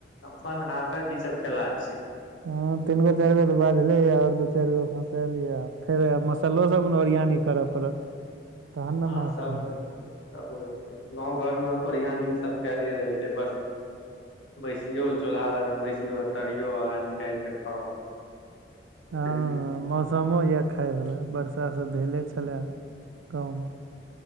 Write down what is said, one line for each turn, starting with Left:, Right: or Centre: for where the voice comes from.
Left: अपन हाथक ई सब खेला छै
Right: ह तीनगो चारि गो तऽ बाजले य आओर दू चारि गो फसा लिय फेर सलो सब को ओरिया न करऽ पड़त तहन ने
Left: हँ
Right: माछ
Left: सब
Right: बनतै
Left: मिलत त गाँव घरमे ओरियान इ सब कयले रहै छै बस बैसियो चूल्हा लग में बैसियो तरियो आ निकाल के खाउ एतबी
Right: हँ ह मौसमो यए खायवला वरसाभ भेले छलए गाँवमे